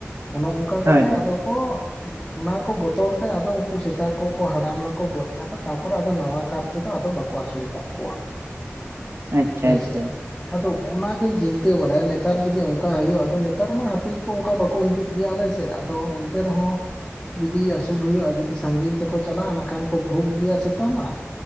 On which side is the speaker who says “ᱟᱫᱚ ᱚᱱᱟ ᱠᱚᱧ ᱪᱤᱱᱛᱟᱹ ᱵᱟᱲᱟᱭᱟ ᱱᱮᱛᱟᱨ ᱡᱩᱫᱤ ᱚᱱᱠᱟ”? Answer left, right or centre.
Left